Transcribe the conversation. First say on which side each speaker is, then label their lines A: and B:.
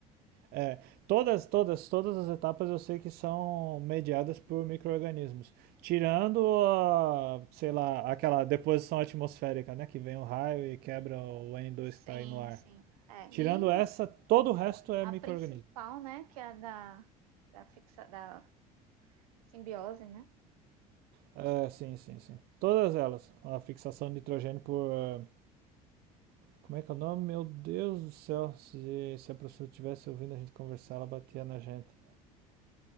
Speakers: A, on the right; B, on the right.
A: É, todas, todas, todas as etapas eu sei que são mediadas por micro-organismos. Tirando, a, sei lá, aquela deposição atmosférica, né? Que vem o raio e quebra o N2
B: Sim,
A: que está aí no ar.
B: sim. É,
A: Tirando
B: e
A: essa, todo o resto é
B: a
A: micro-organismo.
B: principal, né, que é a da, da, fixa, da Simbiose, né?
A: É, sim, sim, sim. Todas elas. A fixação de nitrogênio por. é, Como é que é o nome? Meu Deus do céu. Se, se a professora estivesse ouvindo a gente conversar, ela batia na gente.